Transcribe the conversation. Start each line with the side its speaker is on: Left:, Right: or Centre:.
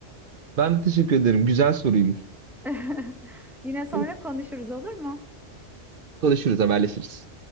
Right: Ben teşekkür ederim. Güzel soruymuş.
Centre: <laughs> Yine sonra
Right: <laughs>
Centre: konuşuruz olur mu?
Right: Konuşuruz, haberleşiriz.